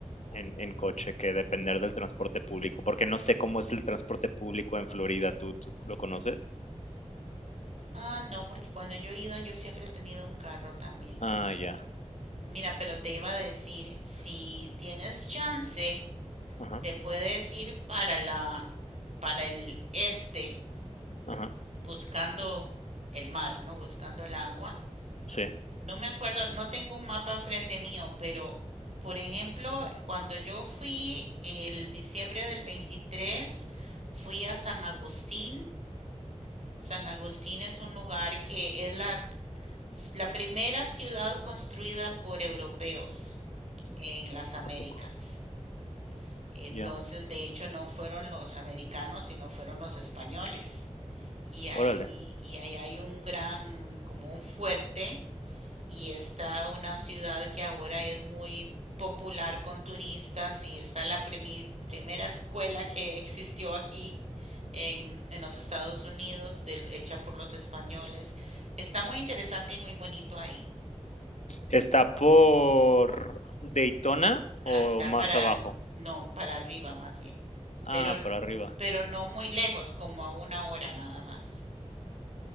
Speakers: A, on the left (about 70°); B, on the right (about 65°).
A: en, en coche que depender del transporte público, porque no sé cómo es el transporte público en Florida. ¿Tú, tú lo conoces?
B: Ah, no, porque cuando yo he ido yo siempre he tenido un carro también.
A: Ah, ya.
B: Mira, pero te iba a decir, si tienes chance
A: Ajá,
B: te puedes ir para la, para el este,
A: ajá.
B: buscando el mar, ¿no? Buscando el agua.
A: Sí.
B: No me acuerdo, no tengo un mapa enfrente mío, pero por ejemplo, cuando yo fui el diciembre del 23, fui a San Agustín. San Agustín es un lugar que es la, la primera ciudad construida por europeos en las Américas.
A: ¿A poco?
B: Entonces,
A: Ya.
B: de hecho, no fueron los americanos, sino fueron los españoles. Y ahí,
A: Órale.
B: y ahí hay un gran, como un fuerte, y está una ciudad que ahora es muy popular con turistas, y está la premi- primera escuela que existió aquí en, en los Estados Unidos, del- hecha por los españoles. Está muy interesante y muy bonito ahí.
A: Está por Daytona o
B: Ah, está
A: más
B: para,
A: abajo.
B: no, para arriba más bien.
A: Ah,
B: Pero,
A: por arriba.
B: pero no muy lejos, como a una hora nada más.